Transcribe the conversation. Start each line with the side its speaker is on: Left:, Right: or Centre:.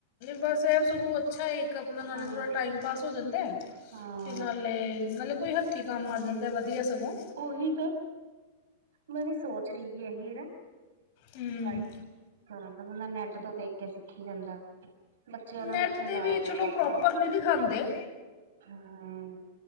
Left: ਬਸ ਇਹ ਸੁਗੋਂ ਅੱਛਾ ਹੈ ਇੱਕ ਆਪਣਾ ਨਾਲ
Right: ਹਾਂ।
Left: ਹਾ ਟਾਈਮ ਪਾਸ ਹੋ ਜਾਂਦਾ
Right: ਹਾਂ
Left: ਅਤੇ ਨਾਲੇ ਨਾਲੇ ਕੋਈ ਹੱਥੀਂ ਕੰਮ ਆ ਜਾਂਦਾ ਵਧੀਆ ਸਗੋਂ
Right: ਹੀ ਤਾਂ ਮੈ ਵੀ ਸੋਚ ਰਹੀ ਇਹੀ ਨਾ
Left: ਹੂੰ
Right: ਸਲਾਈ ਕਰਨ ਦਾ ਬੰਦਾ ਨੈੱਟ ਤੋਂ ਦੇਖ ਕੇ ਸਿੱਖੀ ਜਾਂਦਾ। ਬੱਚਿਆਂ ਨੂੰ
Left: ਨੈਟ
Right: ਕਿੱਥੇ
Left: ਤੇ
Right: ਜਾਇਆ
Left: ਵੀ ਚਲੋ
Right: ਜਾਂਦਾ
Left: ਪ੍ਰੋਪਰ
Right: ਬਾਹਰ
Left: ਨਹੀਂ ਦਿਖਾਉਂਦੇ
Right: ਹੂੰ।